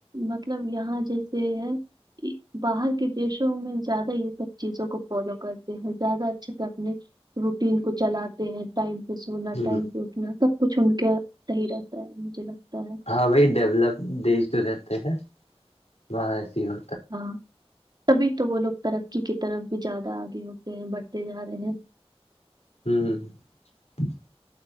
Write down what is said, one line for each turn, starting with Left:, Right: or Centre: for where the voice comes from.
Right: مطلب یہاں جیسے ہے باہر کے دیشوں میں زیادہ یہ سب چیزوں کو فالو کرتے ہیں زیادہ اچھے سے اپنے روٹین کو چلاات ٹائم پہ سونا
Left: ہ
Right: ٹائم پہ اٹھنا سب کچھ ان کے صح ہی رہتا ہے مجھے لگتا ہے
Left: ہاں بی ڈیولپ دیش جو رہتے ہیں وہاں ایسے ہی ہو
Right: ہاں تبھی تو وہ لوگ ترقی کی طرف بھی زیادہ آگے ہوتے ہیں بڑھتے جا رہے ہیں
Left: <unintelligible>